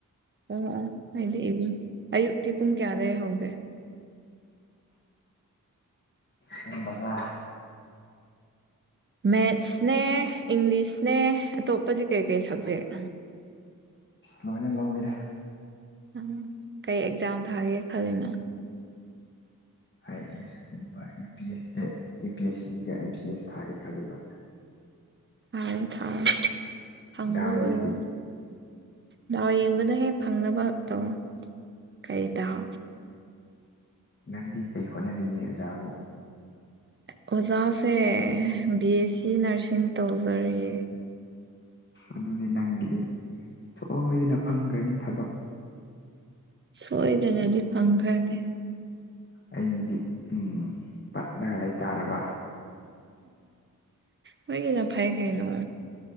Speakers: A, on the right (about 35°); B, on the left (about 35°).
A: ꯑꯣ ꯑꯣ ꯑꯩꯗꯤ ꯏꯕꯨꯡ ꯑꯌꯨꯛꯇꯤ ꯄꯨꯡ ꯀꯌꯥꯗꯩ ꯍꯧꯒꯦ
B: ꯄꯨꯡ ꯃꯉꯥ
A: ꯃꯦꯠꯁꯅꯦ ꯏꯪꯂꯤꯁꯅꯦ ꯑꯇꯣꯞꯄꯖꯤ ꯀꯩ ꯀꯩ ꯁꯕꯖꯦꯛ
B: ꯂꯣꯏꯅ ꯂꯧꯋꯤꯗ
A: ꯎꯝ ꯀꯩ ꯑꯦꯛꯖꯥꯝ ꯊꯥꯒꯦ ꯈꯜꯂꯤꯅꯣ
B: ꯑꯥꯏ ꯑꯦ ꯑꯦꯁ ꯀꯨꯝꯕ ꯌꯨ ꯄꯤ ꯑꯦꯁ ꯑꯦ ꯌꯨ ꯄꯤ ꯑꯦꯁ ꯁꯤꯒ ꯑꯦꯝ ꯁꯤ ꯑꯦꯁ ꯊꯥꯒꯦ ꯈꯜꯂꯤꯕ
A: ꯊꯥꯔꯣ ꯊꯥꯔꯣ ꯐꯪꯕ
B: ꯗꯥꯎ
A: ꯑꯣꯏꯔꯣ
B: ꯌꯦꯡꯁꯤ
A: ꯗꯥꯎ ꯌꯦꯡꯒꯅꯣꯍꯦ ꯐꯪꯅꯕ ꯇꯧꯋꯣ ꯀꯩ ꯗꯥꯎ
B: ꯅꯪꯗꯤ ꯀꯩ ꯍꯣꯠꯅꯔꯤꯒꯦ ꯑꯣꯖꯥꯕꯨ
A: ꯑꯣꯖꯥꯁꯦ ꯕꯤ ꯑꯦꯁ ꯁꯤ ꯅꯔꯁꯤꯡ ꯇꯧꯖꯔꯤꯌꯦ
B: ꯑꯗꯨꯅꯤ ꯅꯪꯒꯤꯗꯤ ꯁꯣꯏꯗꯅ ꯐꯪꯒ‍꯭ꯔꯅꯤ ꯊꯕꯛ
A: ꯁꯣꯏꯗꯅꯗꯤ ꯐꯪꯈ꯭ꯔꯅꯤ
B: ꯑꯩꯒꯤꯗꯤ ꯎꯝ ꯄꯠꯂꯒ ꯂꯩ ꯇꯥꯔꯕꯥ
A: ꯅꯣꯏꯒꯤꯅ ꯐꯩ ꯀꯩꯅꯣ